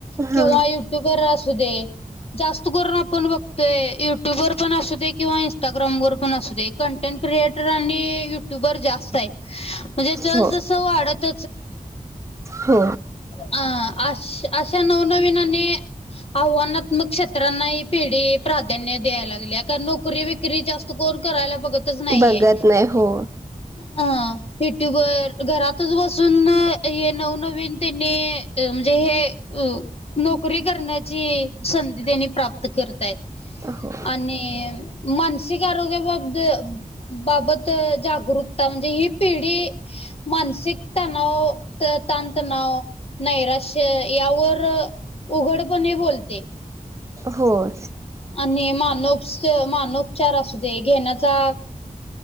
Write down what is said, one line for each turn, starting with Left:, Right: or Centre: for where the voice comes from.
Right: हा
Left: किंवा युट्युबर असू दे जास्त करून आपण बघतोय, युट्यूबर पण असू दे किवा इंस्टाग्राम वर पण असू दे. कंटेट क्रियएटर आणि यू ट्यूबर जास्त हायत. म्हणजे जसं
Right: हो
Left: जसं वाढत <unintelligible>
Right: हो
Left: अ- अश अशा नवनवीन आणि आव्हानात्मक क्षेत्रांना ही पिढी प्राधान्य द्याय लागल्या. कारण नोकरी बीक्री जास्त कोण करायलाच बघतच नाहीय.
Right: बघत नाही हो
Left: हा यू ट्यूब वर घरात घरात बसून हे नवनवीन त्यांनी म्हणजे हे अ नोकरी करण्याची संधी त्यांनी प्राप्त करताय.
Right: हो
Left: आणि मानसिक आरोग्याबाबद बाबत जागरूकता, म्हणजे ही पिढी मानसिक तनाव त ताणतणाव, नैराश्य यावर उघडपणे बोलते.
Right: होय.
Left: आणि मानोपच मानोपचार असू दे, घेण्याचा